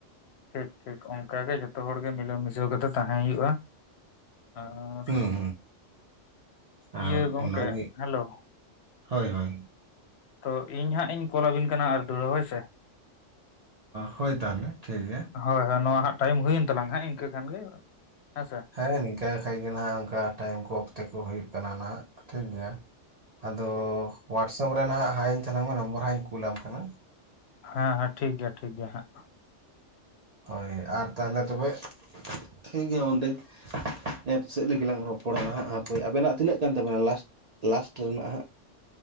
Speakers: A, on the left (about 65°); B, on the right (about 50°).
A: ᱴᱷᱤᱠ, ᱴᱷᱤᱠ ᱚᱝᱠᱟ ᱜᱮ ᱡᱚᱛᱚ ᱦᱚᱲ ᱜᱮ, ᱢᱤᱞᱟᱹ ᱢᱤᱥᱟᱹᱣ ᱠᱟᱛᱮ ᱛᱟᱦᱮᱸ ᱦᱩᱭᱩᱜᱼᱟ ᱾ᱟᱨ
B: ᱦᱩᱸ ᱦᱩᱸ ᱟᱨ
A: ᱤᱭᱟᱹ ᱜᱚᱝᱠᱮ
B: ᱚᱱᱟᱜᱮ
A: ᱦᱮᱞᱳ
B: ᱦᱳᱭ, ᱦᱳᱭ᱾
A: ᱛᱚ ᱤᱧ ᱦᱟᱸᱜ ᱤᱧ, ᱠᱚᱞᱟ ᱟᱵᱤᱱ ᱠᱟᱱᱟ᱾ ᱟᱨ ᱫᱷᱽᱩᱲᱟᱹ ᱦᱳᱭᱥᱮ
B: ᱦᱳᱭ ᱛᱟᱦᱚᱞᱮ ᱴᱷᱤᱠ ᱜᱮᱭᱟ
A: ᱦᱳᱭ, ᱦᱳᱭ, ᱱᱚᱣᱟ ᱦᱟᱸᱜ ᱴᱟᱭᱤᱢ ᱦᱩᱭᱮᱱ ᱛᱟᱞᱟᱝ ᱦᱟᱸᱜ ᱤᱱᱠᱟᱹ ᱠᱷᱟᱱ ᱜᱮ ᱦᱮᱸᱥᱮ᱾
B: ᱦᱮᱸ ᱱᱤᱱᱠᱟ ᱠᱷᱟᱡ ᱜᱮ ᱱᱟᱦᱟᱼᱜ ᱚᱱᱠᱟ ᱴᱟᱭᱤᱢ ᱠᱚ ᱚᱠᱛᱮ ᱠᱚ ᱦᱩᱭᱩᱜ ᱠᱟᱱᱟ᱾ ᱱᱟᱦᱟᱼᱜ ᱴᱷᱤᱠ ᱜᱮᱭᱟ᱾ ᱟᱫᱚ ᱦᱳᱣᱟᱴᱥᱮᱯ ᱨᱮ ᱱᱟᱦᱟᱼᱜ ᱦᱟᱭ ᱤᱧ ᱛᱟᱞᱟᱝ ᱢᱮ, ᱱᱚᱢᱵᱚᱨ ᱦᱟᱸᱜ ᱤᱧ ᱠᱩᱞᱟᱢ ᱠᱟᱱᱟ᱾
A: ᱦᱮᱸ, ᱦᱮᱸ ᱴᱷᱤᱠ ᱜᱮᱭᱟ᱾ ᱴᱷᱤᱠ ᱜᱮᱭᱟ᱾ ᱦᱟᱸᱜ
B: ᱦᱳᱭ ᱟᱨ ᱛᱟᱦᱚᱞᱮ ᱛᱚᱵᱮ ᱴᱷᱤᱠ ᱜᱮᱭᱟ᱾ ᱚᱸᱰᱮ ᱮᱯ ᱥᱮᱫ ᱞᱟᱹᱜᱤᱫ ᱞᱝᱟᱝ ᱨᱚᱯᱚᱲᱟ ᱦᱟᱸᱜ, ᱦᱟᱯᱳᱭ ᱟᱵᱮᱱᱟᱼᱜ ᱛᱤᱱᱟᱹᱜ ᱠᱟᱱ ᱛᱟᱵᱮᱱᱟ᱾ ᱞᱟᱥᱴ ᱞᱟᱥᱴ ᱨᱮᱱᱟᱜ ᱦᱟᱸᱜ